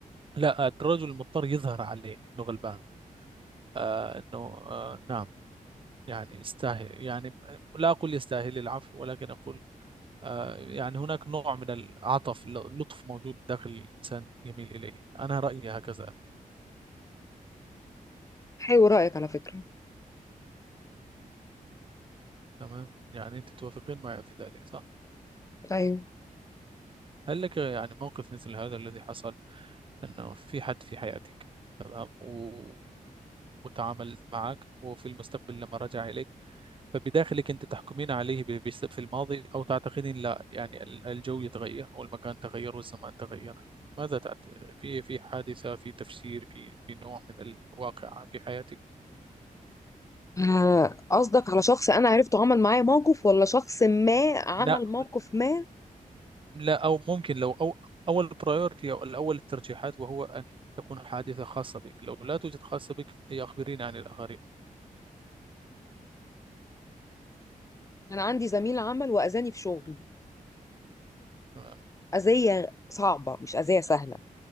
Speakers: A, on the right; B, on the left.
A: لا الرجل المضطر يظهر عليه أنه غلبان آه، أنه آه، نعم يعني استاهل يعني لا أقول يستاهل العفو ولكن أقول آه، يعني هناك نوع من العطف اللطف موجود داخل الإنسان يميل إليه أنا رأيي هكذا
B: حلو رأيك على فكرة
A: تمام يعني أنت توافقين معي في ذلك صح
B: ايوه
A: هل لك يعني موقف مثل هذا الذي حصل أنه في حد في حياتك تمام و... وتعامل معك وفي المستقبل لما رجع إليك فبداخلك أنت تحكمين عليه ب- بس في الماضي أو تعتقدين لا يعني ال- الجو يتغير والمكان تغير والزمان تغير ماذا تعت... في في حادثة في تفسير في في نوع من الواقع في حياتك
B: آه، قصدك على شخص انا عرفته عمل معايا موقف ولا شخص ما عمل
A: لا
B: موقف ما
A: لا أو ممكن لو أو أول برايورتي أو الأول الترجيحات وهو أن تكون حادثة خاصة بك لو لا توجد خاصة بك هي أخبريني عن الآخرين
B: انا عندي زميل عمل واذاني في شغلي
A: تمام
B: أذية صعبة مش أذية سهلة